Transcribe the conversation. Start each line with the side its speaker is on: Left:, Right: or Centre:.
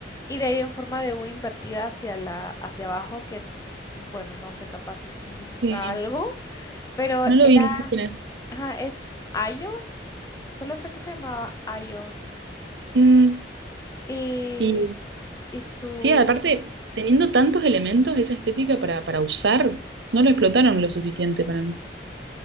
Left: Y de ahí en forma de U invertida hacia la, hacia abajo, que n- bueno, no sé capaz si significa
Right: Sí,
Left: algo, pero
Right: no lo
Left: era,
Right: vi, no sé quién es.
Left: ajá, es Ayo, solo sé que se llamaba Ayo.
Right: Mm,
Left: Y,
Right: y
Left: y su...
Right: sí, aparte, teniendo tantos elementos, esa estética para, para usar, no lo explotaron lo suficiente para mí.